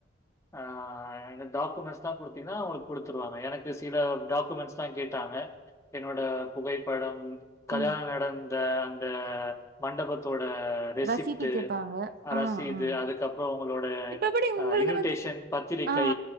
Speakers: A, on the left; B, on the right.
A: ஆ இந்த டாக்குமெண்ட்ஸ்லா குடுத்தீங்கன்னா ஒங்களுக் குடுத்துருவாங்க எனக்கு சில டாக்குமெண்ட்ஸ்லா கேட்டாங்க என்னோட புகைப்படம் கல்யானோ
B: ம்
A: நடந்த அந்த மண்டபத்தோட ரெசிப்டு
B: ரசீது கேப்பாங்க ஆ
A: ரசீது
B: ஆ
A: அதுக்கப்பறோ ஒங்களோட
B: இப்ப எப்டி உங்களுது
A: அ இன்விடேஷன்
B: வந்து
A: பத்திரிக்கை
B: ஆ